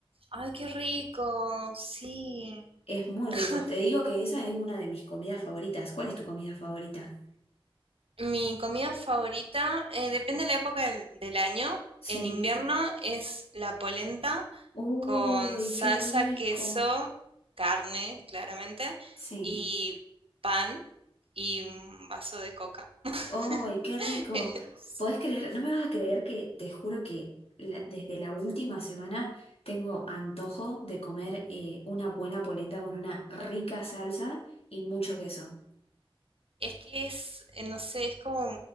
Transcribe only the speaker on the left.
Es muy
rico. Te digo que esa es una de mis comidas favoritas. ¿Cuál es tu comida favorita?
Sí.
Uy,
qué rico.
Sí.
¡Ay, qué
rico! ¿Podés creer? No me vas a creer que te juro que la- desde la última semana tengo antojo de comer eh, una buena polenta con una rica salsa y mucho queso.